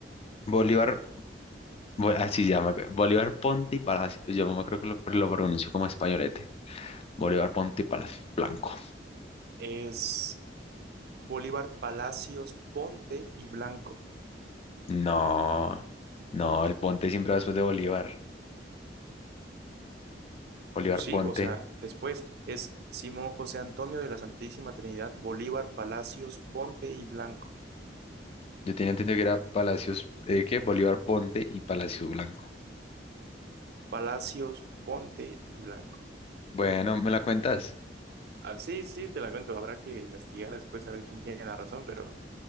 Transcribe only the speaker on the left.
Bolívar Bu- Así se llama. Bolívar Ponte y Palacio. Yo me creo que lo, lo pronuncio como españolete. Bolívar Ponte y Palacio Blanco.
No, no, el Ponte siempre va después de Bolívar. Bolívar
Ponte.
Yo tenía entendido que era Palacios, eh, ¿qué? Bolívar Ponte y Palacio Blanco.
Bueno, ¿me la cuentas?